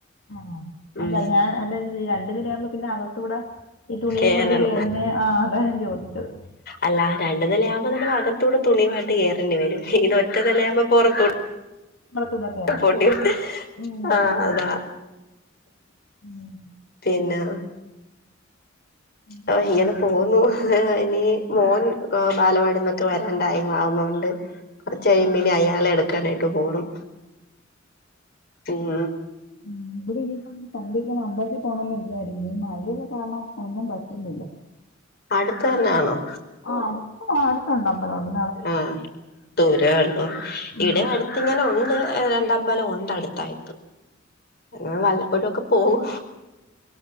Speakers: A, on the left; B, on the left.
A: ആഹ്
B: ഉം
A: അല്ല ഞാൻ അല്ല രണ്ടു നിലയാവുമ്പ പിന്നെ അകത്തൂട ഈ തുണിയും
B: കേറണം
A: കൊണ്ട് കേറുന്നേ ആ അതാ ഞാൻ ചോദിച്ചത്
B: അല്ല രണ്ട് നില ആകുമ്പ നമ്മള് അകത്തൂടെ തുണിയുമായിട്ട് കേറേണ്ടി വരും ഇത് ഒ ഒറ്റനില
A: ആ
B: ആവുമ്പ പുറത്തോട്ട്
A: പുറത്തൂടെ കേറണം
B: പോണ്ടി
A: ഉം
B: ആഹ്
A: അതെ
B: അതാ
A: ഉം.
B: പിന്നാ
A: പിന്നെ
B: ഓ ഇങ്ങനെ പോന്നു ഇനി മോൻ ആഹ് ബാലവാടിന്നൊക്കെ വരാൻ ടൈംമാവുന്നൊണ്ട് കൊറച്ച് കഴിയുമ്പിനി
A: ആ.
B: അയാളെ എടുക്കാനായിട്ട് പോണം ഉം
A: ഉം ഇവിടെ ഇനിയിപ്പം സന്ധ്യക്ക് ഒന്ന് അമ്പലത്തിൽ പോണം എന്ന് വിചാരിക്കുന്നു ഈ മഴയൊക്കേ കാരണം ഒന്നും പറ്റുന്നില്ല
B: അടുത്തന്നാണോ
A: ആഹ് ആടുത്ത് അടുത്തുണ്ട് അമ്പലം ഉണ്ട്
B: ആഹ് ദൂരം ആന്നോ
A: ഉം
B: ഇവിടെ അടു ഇങ്ങനെ ഉണ്ട് രണ്ടമ്പലം ഉണ്ട് അടുത്തായിട്ട് ഞങ്ങൾ വല്ലപ്പോഴൊക്കെ പോവും